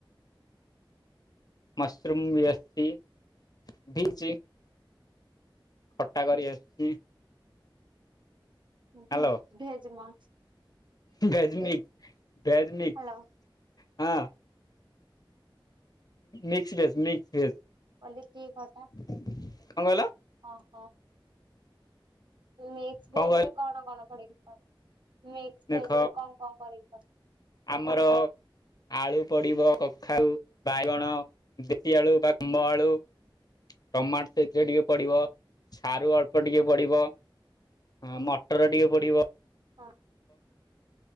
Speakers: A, on the left (about 45°); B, on the right (about 60°).
A: <inaudible> ଖଟା କରି ଆସିଛି।
B: ଭି
A: ହ୍ୟାଲୋ
B: ଭେଜମଞ୍ଚ।
A: Veg mix veg
B: hello
A: mix ହଁ। Mix veg mix veg.
B: କଲେ କି କଥା
A: କଣ କହିଲ?
B: ଅହୋ। ମିକ୍ସି
A: କଣ
B: ଭେଜରେ
A: କହିଲ
B: କଣ କଣ ପଡିକି କର। ମିକ୍ସ
A: ଦେଖ
B: ଭେଜ ରେ କଣ କଣ ପଡିକି କର?
A: ଆମର ଆଳୁ ପଡିବ କଖାଉ, ବାଇଗଣ, ଦେଶୀ ଆଳୁ, ବା ଖମ୍ଭ ଆଳୁ ଟମାଟ ସେଥିରେ ଟିକେ ପଡିବ। ସାରୁ ଅଳ୍ପ ଟିକେ ପଡିବ। ହଁ ମଟର ଟିକେ ପଡିବ।
B: ହଁ।